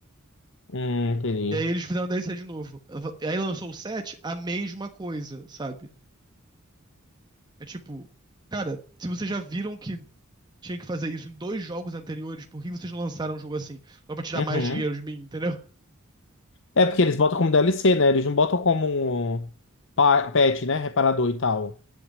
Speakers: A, on the left; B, on the right.
A: Hum, entendi.
B: E aí eles fizeram DLC de novo. E aí lançou o 7, a mesma coisa, sabe? É tipo, cara, se vocês já viram que tinha que fazer isso em dois jogos anteriores, por que vocês não lançaram um jogo assim? Só pra tirar
A: Uhum.
B: mais dinheiro de mim, entendeu?
A: É porque eles botam como DLC, né? Eles não botam como um pa- patch, né? Reparador e tal.